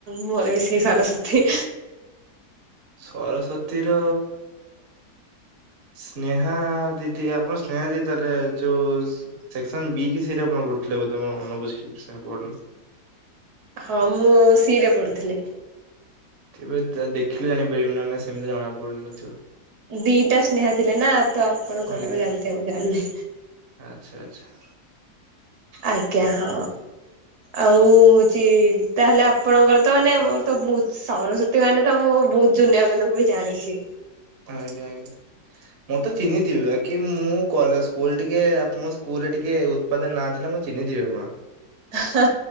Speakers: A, on the right (about 70°); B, on the right (about 45°).
A: ମୋର ବି ସେ ସରସ୍ଵତୀ
B: ସରସ୍ଵତୀ ର ସ୍ନେହା ଦିଦି ଆପଣ ସ୍ନେହା ଦିଦି ତାହେଲେ ଯୋଉ ସେକ୍ସନ ବି କି ସିରେ <unintelligible> ଠଥିଲେ ବଧେମର ମନ ବୁଝ ସେ ପ <inaudible>
A: ହଁ ମୁଁ ସିରେ ପଢୁଥିଲି।
B: ତେବେ ଦେଖିଲେ ଜାଣିପାରିବୁ ନା ନା ସେମିତି ଜଣା ପଡୁନଥିବ।
A: ଦିଟା ସ୍ନେହା ଥିଲେ ନା ତ ଆପଣ କୋଉଟା
B: ଆଜ୍ଞା
A: ବି ଜାଣିଥିବ ମୁ ଜାଣିନି।
B: ଆଚ୍ଛା ଆଛା।
A: ଆଜ୍ଞା ହଁ। ଆଉ ହଉଛି ତାହେଲେ ଆପଣଙ୍କର ତ ମାନେ ମୋର ତ ବହୁତ ସରସ୍ଵତୀ ମାନେ ତ ମୁଁ ବହୁତ ଜୁନିୟର ମାନଙ୍କୁ ବି ଜାଣିଛି।
B: ଆଜ୍ଞା ଆଜ୍ଞା। ମୁଁ ତ ଚିହ୍ନିଥିବି ବାକି ମୁଁ କଲେ ସ୍କୁଲ ଟିକେ ମୋ ସ୍କୁଲରେ ଟିକେ ଉତ୍ପାଦନ ନାଏ ମୁଁ ଚିହ୍ନିଥିବ ଆପଣ
A: ହା